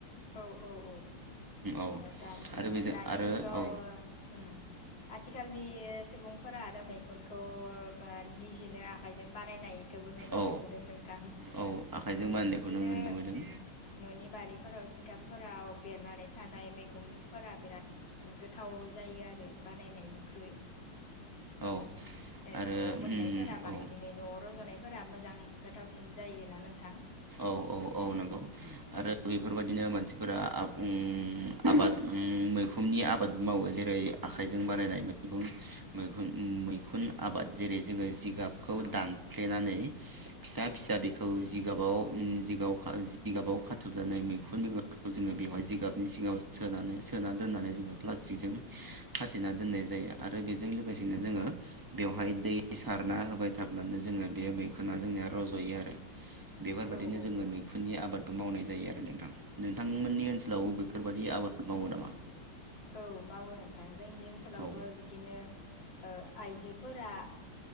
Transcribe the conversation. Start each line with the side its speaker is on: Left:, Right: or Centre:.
Left: औ औ औ ओ
Right: औ
Left: दानि
Right: आरो बेजों
Left: दानि
Right: आरो
Left: जुगाव
Right: औ
Left: ओ ओम आथिखालनि सुबुंफोरा आरो मै खुनखौ निजोनो आखाइजों बानायनाय खौबो नुनो
Right: औ
Left: मोनबोदों नोंथां
Right: औ आखाइजों
Left: ओ
Right: बानायनायखौ
Left: इदिनो
Right: नुनो मोनदों
Left: ओम न'नि बारि जिगाबफोराव बेरनानै थानाय मैखुमफोरा बिराद गोथाव जायो आरो बानायनायनिख्रुइ।
Right: औ
Left: ए
Right: आरो
Left: न'आव मोननायफोरा
Right: उम
Left: बांसिनै
Right: औ
Left: न' आव रजनायफोरा मोजां गोथावसिन जायो। ना नोंथां
Right: औ औ औ नंगौ आरो बेफोरबायदिनो मानसिफोरा आब ओम आबाद ओम मैखुननि आबाद मावो जेरै आखाइजों बानायनाय मैैखुन मैखुन मैखुन आबाद जेरै जोङो जि गाबखौ
Left: औ
Right: दानफ्लेनानै फिसा
Left: औ
Right: फिसा
Left: औ
Right: बेखौ जिगाबाव ओम जिगाबाव जिगाबाव खाथबनानै मैखुन बिगखौ जोङो बेवहाय जिगाबनि सिङाव सोनानै सोना दोननानै जोङो प्लास्टिकजों खाथेना दोननाय जायो आरो बे जों लोगोसेनो जोङो बेवहाय दै सारना होबाय थाब्लानो जोङो बे मैखुना जोंनिया रजयो आरो। बिदिनो
Left: औ औ
Right: जोङो
Left: औ
Right: मैखुननि आबाद मावनाय जायो आरो नोंथां नोंथांमोननि ओनसोलाव बेफोरबादि आबाद मावो नामा?
Left: औ मावो नोंथां। जोंनि ओनसोलावबो
Right: औ
Left: बिदिनो ओ आइजोफोरा